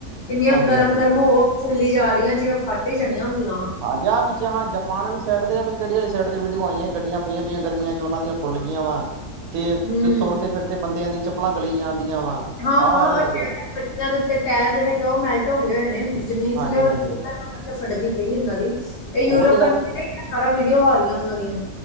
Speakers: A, on the left; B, on the right.
A: ਕਿੰਨੀਆਂ
B: ਹਾਂਜੀ-ਹਾਂਜੀ
A: ਗਰਮ ਗਰਮ ਹੋ ਫੁੱਲੀ ਜਾ ਰਹੀ ਆ ਜਿਵੇਂ ਫੱਟ ਹੀ ਜਾਣੀਆਂ ਹੁੰਦੀਆਂ ਵਾ।
B: ਹਾਂਜੀ ਹਾਂ ਵਿੱਚ ਜਪਾਨ ਵਾਲੀ ਸਾਈਡ ਤੇ ਕਿਹੜੀ ਵਾਲੀ ਸਾਈਡ ਤੇ ਵੀ ਵਿਡੀਉ ਆਈਆਂ ਗੱਡੀਆਂ ਪਈਆਂ ਪਈਆਂ ਗਰਮੀਆਂ ਚੱ ਉਨਾਂ ਦੀਆਂ ਫੁੱਲ ਵਾ ਤੇ
A: ਹਮ
B: ਤੋੜਦੇ-ਫਿਰਦੇ ਬੰਦਿਆਂ ਦੀ ਚੱਪਲਾਂ ਗਲੀ ਆਦੀਆਂ ਵਾ।
A: ਹਾਂ-ਹਾਂ,
B: ਆਹ ਹਾਲ ਹੁੰਦੇ
A: ਓ ਟਰ
B: ਆ
A: ਬ ਦੇ ਉੱਤੇ ਟਾਇਰ ਜਿਹੜੇ ਉਹ ਮੈਲਟ ਹੋ ਗਏ ਹੋਏ ਨੇ ਜ਼ਮੀਨ
B: ਹਾਂਜੀ-ਹਾਂਜੀ
A: ਥੱਲੇ ਓ ਕੇ ਫਟਦੀ ਪਈ ਇਹਨਾਂ ਦੀ ਇਹ ਯੂਰਪ
B: ਉਹ ਤੇ ਗੱਲ
A: ਕੰਟਰੀ ਸਾਰਾ ਵੀਡੀਓ ਆ ਰਹੀਆਂ ਉਨਾਂ ਦੀਆਂ।